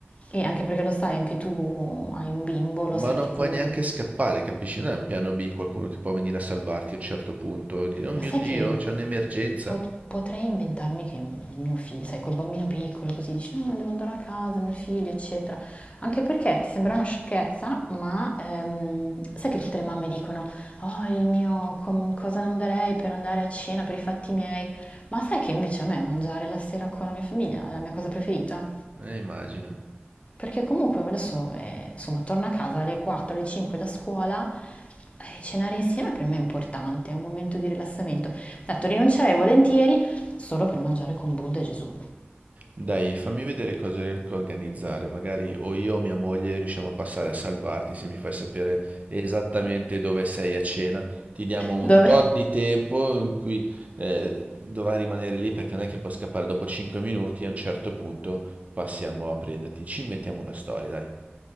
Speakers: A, on the left; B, on the right.
A: eh, e anche perché lo sai, anche tu hai un bimbo, lo
B: Ma
A: sai
B: non
A: che comunque
B: puoi neanche scappare, capisci? Non è un piano B, qualcuno che può venire a salvarti a un certo punto. e dire, oh mio
A: Ma sai
B: Dio,
A: che
B: c'è un'emergenza.
A: pot- potrei inventarmi che mio figlio, sai, col bambino piccolo così dice, "Mm, devo andare a casa, mio figlio, eccetera. Anche perché ti sembra una sciocchezza, ma ehm, sai che tutte le mamme dicono, oh, il mio, com- cosa non darei per andare a cena, per i fatti miei. Ma sai che invece a me mangiare la sera con la mia famiglia è la mia cosa preferita?
B: Eh, immagino.
A: Perché comunque adesso, eh, insomma, torno a casa alle 4, alle 5 da scuola, eh, cenare insieme per me è importante, è un momento di rilassamento. Detto, rinuncerei volentieri solo per mangiare con Buddha e Gesù.
B: Dai, fammi vedere cosa riesco a organizzare. Magari o io o mia moglie riusciamo a passare a salvarti se mi fai sapere esattamente dove sei a cena. Ti diamo un
A: Dove?
B: tot di tempo in cui eh, dovrai rimanere lì perché non è che puoi scappare dopo 5 minuti. A un certo punto passiamo a prenderti. Ci inventiamo una storia, dai.